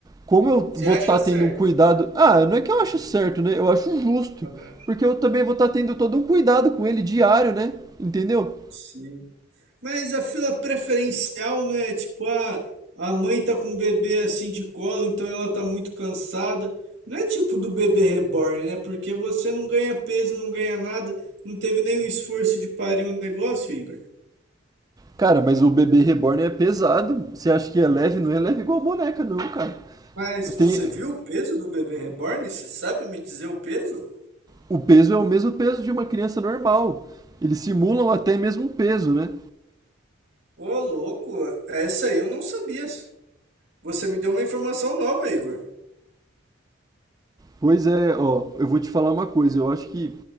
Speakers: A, on the right (about 20°); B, on the right (about 65°).
A: como eu
B: Você
A: vou
B: acha
A: estar
B: certo?
A: tendo um cuidado. Ah, não é que eu acho certo, né? Eu acho justo.
B: Aham.
A: Porque eu também vou estar tendo todo um cuidado com ele diário, né? Entendeu?
B: Sim. Mas a fila preferencial não é tipo, ah, a mãe tá com o bebê assim de colo, então ela tá muito cansada. Não é tipo do bebê reborn, né? Porque você não ganha peso, não ganha nada, não teve nenhum esforço de parir um negócio, Igor.
A: Cara, mas o bebê reborn é pesado. Você acha que é leve? Não é leve igual a boneca, não, cara.
B: Mas você
A: Tem,
B: viu o peso do bebê reborn? Você sabe me dizer o peso?
A: o peso é o mesmo peso de uma criança normal. Eles simulam até mesmo peso, né?
B: Ô, louco, essa aí eu não sabia. Você me deu uma informação nova, Igor.
A: Pois é, ó, eu vou te falar uma coisa. Eu acho que,